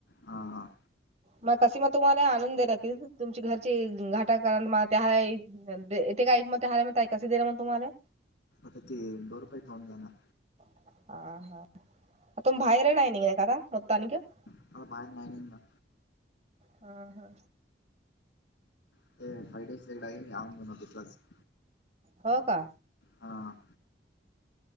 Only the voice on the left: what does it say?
हा हा..
आता ते बर्फही खाऊन जाणार.
आता बाहेर नाही निघणार.
<unintelligible>
हा..